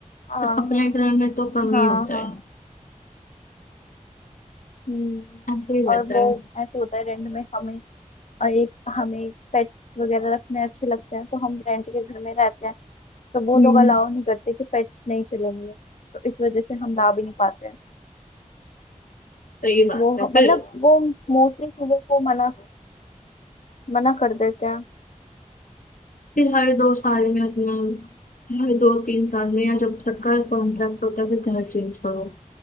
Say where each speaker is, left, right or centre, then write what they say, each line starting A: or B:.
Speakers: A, on the left; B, on the left.
A: हाँ
B: पर अपने
A: हाँ
B: घर में तो कम ही
A: हाँ
B: होता
A: हाँ
B: है
A: हम्म
B: ऐसे ही रहता
A: और वो
B: है
A: ऐसे होता है रेंट में हमें और एक हमें पेट वगैरह रखने अच्छे लगते हैं तो हम रेंट के घर में रहते हैं तो वो
B: हम्म
A: लोग अलाउ नहीं करते कि पेट्स नहीं चलेंगे तो इस वजह से हम ला भी नहीं पाते हैं
B: सही बात
A: वो
B: है फिर
A: मतलब वो मोस्टली चीजों को मना मना कर देते हैं
B: फिर हर दो साल में अपना हर दो तीन साल में या जब तक का कॉन्ट्रैक्ट होता है फिर घर चेंज करो